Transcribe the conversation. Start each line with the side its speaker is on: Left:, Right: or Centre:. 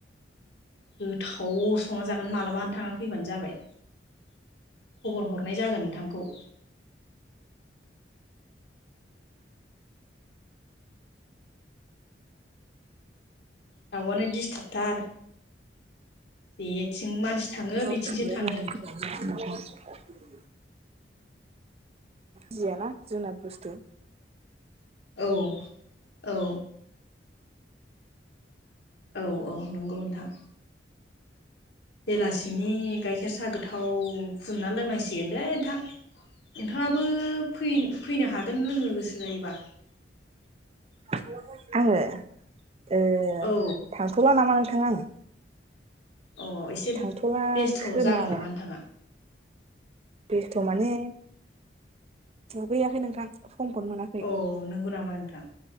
Left: गोथाव संना जागोन मालाबा नोंथाङा फैबानो जाबाय। खबर हरनाय जागोन नोंथांखौ दाउआनो दिस्थाब थार जेथिं मानसि थाङो बिथिंसो
Right: <unintelligible>
Left: थाङो
Right: गियाना जुनाद बुस्थु
Left: औ औ। औ औ नंगौ नोंथां। बेलासिनि गाइखेर साहा गोथाव फुदुंना लोंनांसिगोनलै नोंथां। नोंथाङाबो फैन फैनो हागोन लोंनो गोसो जायोबा।
Right: <inaudible> आङो ओ
Left: औ
Right: थांथ'ला नामा नोंथां आं।
Left: अ एसे
Right: थांथ'ला
Left: बेस्थ'
Right: खोमा
Left: जागोन नामा नोंथाङा।
Right: बेस्थ' माने दुगैयाखै नोंथां। समखौनो मोनाखै
Left: औ नंगौ नामा नोंथां